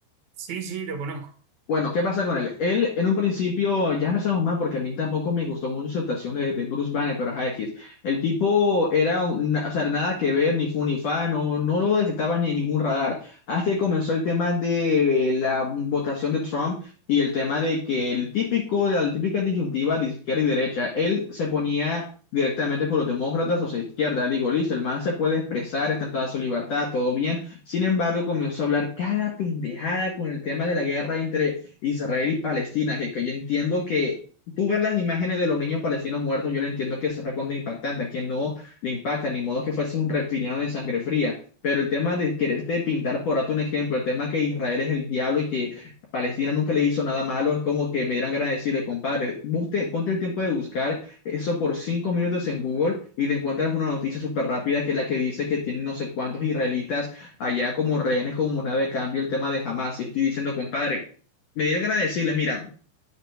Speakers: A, on the right; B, on the left.
A: Sí, sí, lo conozco.
B: Bueno, ¿qué pasa con él? Él, en un principio, ya empezamos mal porque a mí tampoco me gustó mucho su actuación de, de Bruce Banner, pero ajá, X. El tipo era, un- o sea, nada que ver, ni fu ni fa, no, no lo detectaba ni en ningún radar. Hasta que comenzó el tema de la votación de Trump y el tema de que el típico, de la típica disyuntiva de izquierda y derecha, él se ponía directamente con los demócratas o sea, izquierda. Digo, listo, el man se puede expresar, está en toda su libertad, todo bien. Sin embargo, comenzó a hablar cada pendejada con el tema de la guerra entre Israel y Palestina, que, que yo entiendo que tú ver las imágenes de los niños palestinos muertos, yo lo entiendo que es recontra impactante, a quien no le impacta, ni modo que fuese un reptiliano de sangre fría, pero el tema de quererte pintar por darte un ejemplo, el tema que Israel es el diablo y que Palestina nunca le hizo nada malo, es como que me dieran ganas de decirle, compadre, usted, ponte el tiempo de buscar eso por cinco minutos en Google y te encuentras una noticia súper rápida que es la que dice que tienen no sé cuántos israelitas allá como rehenes, como moneda de cambio, el tema de Hamas. Y estoy diciendo, compadre, me dieron ganas de decirle, mira,